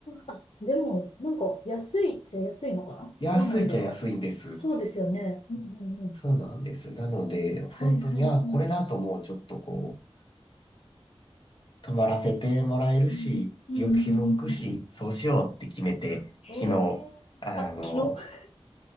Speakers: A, on the left; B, on the left.
A: あ、でも、なんか、安いっちゃ安いのかなどうなんだろう。
B: 安いっちゃ安いんです。
A: そうですよね。うんうんうん。
B: そうなんです。なので、
A: はいはいはい。
B: 本当に、あ、これだともうちょっとこう、泊まらせてもらえるし、
A: うんうんうんうんうんうん。
B: 旅費も浮くし、そうしようって決めて、
A: へえ。
B: 昨日、あの、
A: あ、昨日